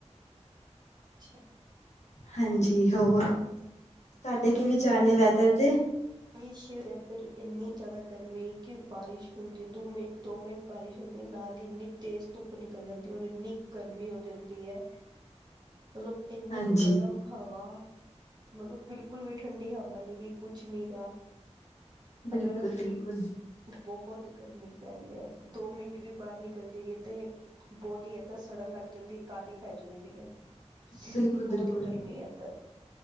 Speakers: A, on the right; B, on the left.
A: ਅੱਛਾ।
B: ਹਾਂਜੀ ਹੋਰ, ਤਾਡੇ ਕੀ ਵਿਚਾਰ ਨੇ ਵੈਦਰ ਦੇ?
A: ਹਜੇ ਸ਼ੁਰੂ ਐ। ਮਤਲਬ ਇੰਨੀ ਜ਼ਾਦਾ ਗਰਮੀ ਕਿ ਬਾਰਿਸ਼ ਹੁੰਦੀ ਏ ਦੂ ਮਿੰ ਦੋ ਮਿੰਟ ਬਾਰਿਸ਼ ਹੁੰਦੀ ਏ ਨਾਲੀ ਇੰਨੀ ਤੇਜ਼ ਧੁੱਪ ਨਿਕਲ ਜਾਂਦੀ ਔਰ ਇੰਨੀ ਗਰਮੀ ਹੋ ਜਾਂਦੀ ਐ, ਮਲਵ ਏਂਨੀ
B: ਹਾਂਜੀ
A: ਗਰਮ ਹਵਾ, ਮਲਵ ਬਿਲਕੁਲ ਵੀ ਠੰਡੀ ਹਵਾ ਨੀ ਗੀ ਕੁਛ ਨੀਗਾ,
B: ਬਿਲਕੁਲ
A: ਅਗਰ ਅਸੀਂ
B: ਬਿਲਕੁਲ
A: ਬੋਹਤ ਗਰਮੀ ਪੈ ਰੀਐ ਦੋ ਮਿੰਟ ਵੀ ਬਾਅਰ ਨਿਕਲ ਜਾਈਏ ਤੇ ਬੋਡੀ ਤਾਂ ਸੜਨ ਲੱਗ ਜਾਂਦੀ ਐ, ਕਾਲੀ ਪੈ ਜਾਂਦੀ ਐ, ਸ਼ਸ
B: ਬਿਲਕੁਲ
A: ਬੌਤ
B: ਬਿਲਕੁਲ
A: ਗਰਮੀ ਐ ਏਧਰ।